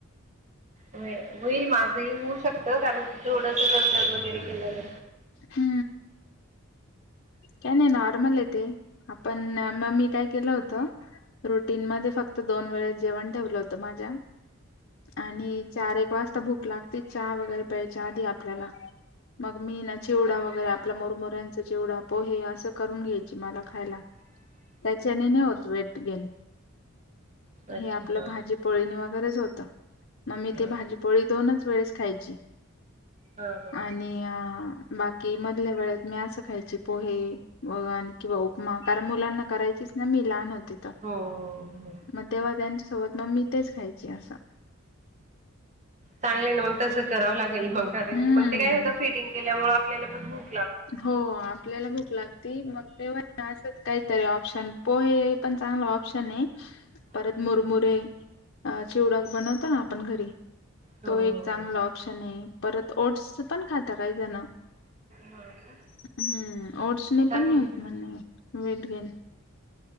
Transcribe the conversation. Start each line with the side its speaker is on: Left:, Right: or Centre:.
Right: हो होईल माझंही होऊ शकतं कारण की थोडस दब दब वगैरे केलेले
Left: हु काही नाही नॉर्मल ते पण मग मी काय केलं होतं. रुटीन मध्ये फक्त दोन वेळेस जेवण ठेवलं होतं माझ्या आणि, चार एक वाजता भुकऽऽ लागते, चहा वगैरे प्यायच्या आधी आपल्याला,, मग मी ना चिवडा वगैरे आपला मुरमुरऽऽ चिवडा, पोहे, अस करून घ्यायची मला खायला. त्याच्यानी नै होत वेट गेन.
Right: अच्छा
Left: हे आपलं
Right: हा
Left: भाजी पोळीनी वगैरेच होतं,, मग मी
Right: हा
Left: ते भाजीपोळी दोनच वेळेसऽऽ खायची,,
Right: हा हा
Left: आणि अंऽऽ बाकी, मधल्या वेळेत मी असं खायची पोहे व आणि किंवा उपमा,, कारण मुलांना करायऽऽ चीस ना,, मी लहान होते
Right: हो हो
Left: मग तेव्हा, त्यांच्या सोबतऽऽ मग मी तेच खायची असंऽऽ
Right: चांगले ना मग तसं करावं लागेल,, मग,, कारण
Left: हम्म
Right: की मग ते काय होतं फिडिंग केल्यामुळं आपल्याला पण भूकऽऽ
Left: हो ऽऽआपल्याला भूक लागती मग तेव्हाऽऽ असच काहीतरी ऑप्शन पोहे पण चांगलं ऑप्शन आय,, परत
Right: हम्म
Left: मुरमुरेऽऽ अ चिवडाक बनवताो ना आपण घरी.
Right: हो
Left: तो
Right: हो
Left: एक चांगला
Right: हो
Left: ऑप्शन आहे,, परत ओट्स पण खाता कायी जणंऽऽ
Right: हा का
Left: हम्म,, ओट्स नाही पण
Right: चालेल.
Left: नाही होत म्हनं,,, वेट गेन..